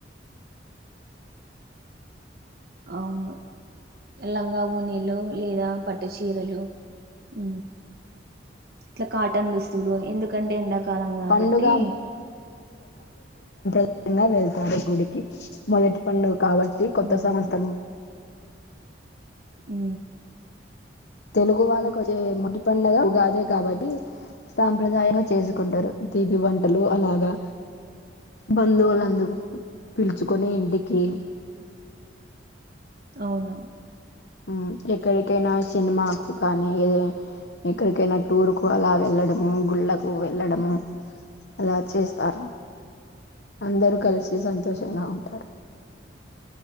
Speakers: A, on the right (about 55°); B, on the left (about 65°).
A: అవును ఎలాంగా నీలో లేదా పట్టు చీరలు హు ఇట్లా కాటన్ దుస్తులు ఎందుకంటే ఎండాకాలం కాబట్టి
B: పండుగ ఉండ వెళ్తారు గుడికి మొదటి పండు కాబట్టి కొత్త
A: అవును
B: సంవత్సరం <unintelligible>
A: హు
B: తెలుగు వాళ్లకు వచ్చే మొదటి పండగ ఉగాది కాబట్టి సాంప్రదాయంగా చేసుకుంటారు దీపి వంటలు అలాగా బంధువులందుకు పిలుచుకుని ఇంటికి
A: అవును
B: హు ఎక్కడికైనా సినిమాకు కానీ ఏద ఎక్కడికైనా టూర్ కు అలా వెళ్ళడము గుళ్ళకు వెళ్ళడము అలా చేస్తారు అందరూ కలిసి సంతోషంగా ఉంటారు